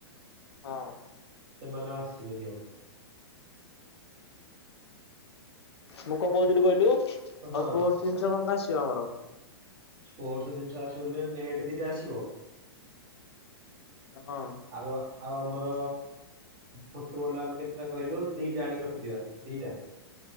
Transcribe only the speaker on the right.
ସେମାନେ ଆଉ ଆସିବେନି ଆଉ।
ହଁ
ସ୍ପୋର୍ଟସ ଜିନିଷ ଆସିବ ବଲେ ନେଟ ଦିଟା ଆସିବ
ଆଉ ଆଉ ଆମର ଫୁଟବଲ ଆମେ କେତେଟା କହିଲୁ ଦିଟା ଆଣିକି ରଖିଦବା ଦିଟା।